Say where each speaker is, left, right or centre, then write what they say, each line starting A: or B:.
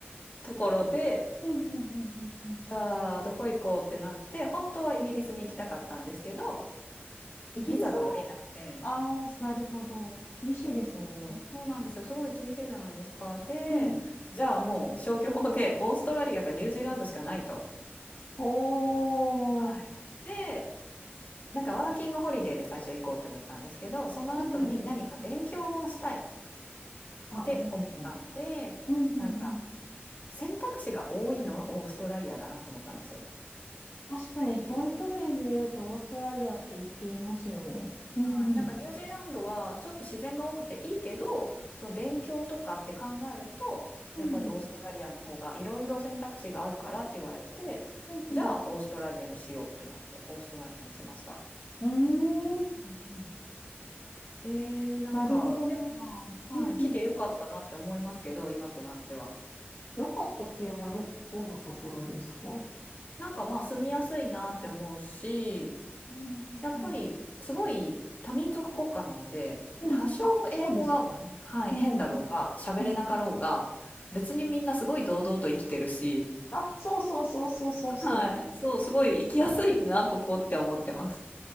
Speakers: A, on the left (about 40°); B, on the left (about 65°).
A: ところで、
B: うん、うん、うん、うん。うん
A: じゃあ、どこ行こうってなって、本当はイギリスに行きたかったんですけど、
B: イギリスも、
A: ビザが下りなくて、
B: ああ、なるほど。厳しいですもんね。
A: そうなんですよ。すごい厳しいじゃないですか。で、
B: うん。
A: じゃあもう消去法でオーストラリアかニュージーランドしかないと。
B: おー。
A: はい。で、なんかワーキングホリデーで最初行こうって思ったんですけど、その後に何か勉強もしたいっ
B: うんうん。あ、
A: て思ったんで、
B: いいですね。うんうんうん。
A: なんか選択肢が多いのはオーストラリアだなって思ったんですよ。
B: 確かに教育面で言うとオーストラリアって言っていますよね。うんうん。
A: はい、なんかニュージーランドはちょっと自然が多くていいけど、その勉強とかって考えると、
B: うん。
A: やっぱりオーストラリアの方がいろいろ選択肢があるからって言われて、
B: うん
A: じゃあオーストラリアにしようって思ってオーストラリアにしました。
B: うん。うーん。
A: うんうんえー、なんか、
B: なるほどな。
A: でもまあ、
B: うんうん。
A: はい、来てよかったなって思いますけど、今となっては。
B: よかったっていうのはよ、どんなところですか
A: なんかまあ住みやすいなって思うし、
B: うん
A: やっぱりすごい多民族国家なので、
B: うんうん。うん。
A: 多少英語が、
B: あ、そうですよね。
A: はい、
B: うん。
A: 変だろうが、喋れなかろうが、
B: うん。
A: 別にみんなすごい堂々と生きてるし、
B: あ、そうそうそうそうそうそう。
A: はい、そう、すごい生きやすいな、ここって思ってます。